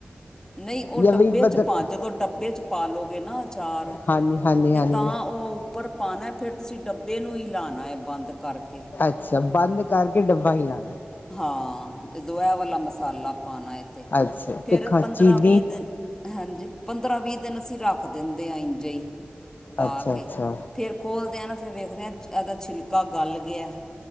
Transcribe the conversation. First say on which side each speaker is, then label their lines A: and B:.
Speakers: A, on the left; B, on the left.
A: ਨਈ ਔ ਡੱਬੇ
B: ਜਾਂ ਵੀ ਮਤਲਬ
A: 'ਚ ਪਾ, ਜਦੋਂ ਡੱਬੇ ਚ ਪਾ ਲੋ ਗੇ ਨਾ ਚਾਰ
B: ਹਾਂਜੀ ਹਾਂਜੀ
A: ਤੇ
B: ਹਾਂਜੀ
A: ਤਾਂ ਔ ਉੱਪਰ ਪਾਣਾ ਫੇਰ ਤੁਸੀਂ ਡੱਬੇ ਨੂੰ ਹੀਲਾਣਾ ਐ ਬੰਦ ਕਰਕੇ।
B: ਅੱਛਾ, ਬੰਦ ਕਰਕੇ ਡੱਬਾ ਹੀਲਾਣਾ ਐ।
A: ਹਾਂ, ਜਦੋ ਐ ਵਾਲਾ ਮਸਾਲਾ ਪਾਣਾ ਏ ਤੇ।
B: ਅੱਛਾ
A: ਫੇਰ
B: ਤੇ ਖਾ
A: ਪੰਦਰਾਂ-ਵੀਹ
B: ਚੀਨੀ
A: ਦਿਨ ਹਾਂਜੀ, ਪੰਦਰਾਂ-ਵੀਹ ਦਿਨ ਅਸੀਂ ਰੱਖ ਦਿੰਦੇ ਆਂ। ਇੰਝੇ ਈ ਪਾ
B: ਅੱਛਾ
A: ਕੇ
B: ਅੱਛਾ
A: ਫੇਰ ਖੋਲਦੇ ਨਾ, ਫਿਰ ਵੇਖਨੇ ਆ ਏਦਾ ਛਿਲਕਾ ਗਲ ਗਿਆ।